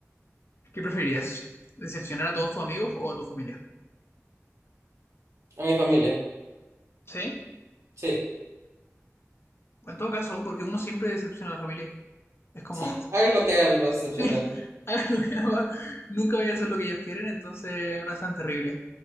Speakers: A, on the left; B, on the right.
A: ¿Qué preferirías? ¿Decepcionar a todos tus amigos o a tu familia?
B: A mi familia.
A: Sí,
B: Sí,
A: en todo caso, porque uno siempre decepciona a la familia. Es como
B: sí, hagas lo que hagas, vas a decepcionar.
A: Sí, <laughs> hagan lo que hagan, nunca voy a hacer lo que ellos quieren, entonces no es tan terrible.